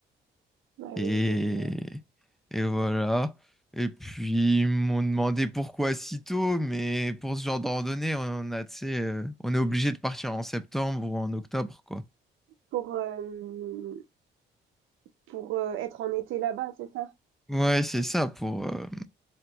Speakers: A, on the right; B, in the centre.
A: Ah
B: Et,
A: oui, je vois.
B: et voilà. Et puis, ils m'ont demandé pourquoi si tôt, mais pour ce genre de randonnée, on a, tu sais, euh, on est obligé de partir en septembre ou en octobre, quoi.
A: Pour, euh, pour euh, être en été là-bas, c'est ça?
B: Ouais, c'est ça pour, euh,